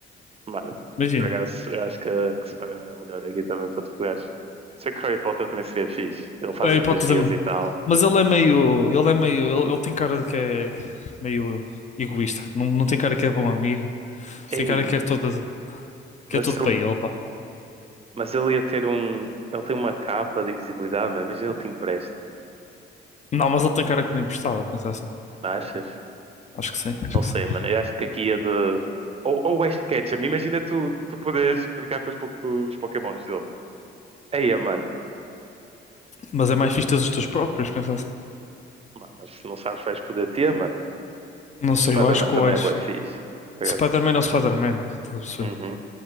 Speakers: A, on the right; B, on the left.
A: Mano, por
B: Imagina.
A: por acaso, eu acho que, que Spider-Man é o melhor aqui também para te pegares. Sei que Harry Potter também seria fixe. Ele faz
B: Harry
A: as magias
B: Potter também.
A: e tal.
B: Mas ele é meio. Ele é meio. Ele, ele tem cara de que é meio egoísta. Não, não tem cara que é bom amigo.
A: Ei,
B: Tem cara que quer todas, que
A: mas
B: é tudo
A: ele,
B: para ele, pá.
A: Mas ele ia ter um. Ele tem uma capa de invisibilidade, mano. Imagina ele te empresta.
B: Não, mas ele tem cara que não emprestava, pensar assim.
A: Não achas?
B: Acho que sim, acho
A: Não
B: que
A: sei,
B: sim.
A: mano. Eu acho que aqui ia de. Ou, ou Ash Ketchum. Imagina tu, tu poderes brincar com os, po- os Pokémons dele. Aí, mano.
B: Mas é mais fixe teres os teus próprios, pensar assim.
A: Ma- Mas não sabes se vais poder ter, mano.
B: Não sei,
A: Spider-Man
B: eu acho que
A: também
B: o Ash.
A: é bué fixe. Por
B: Spider-Man
A: acaso.
B: é o Spider-Man. estás a perceber?
A: Uhum.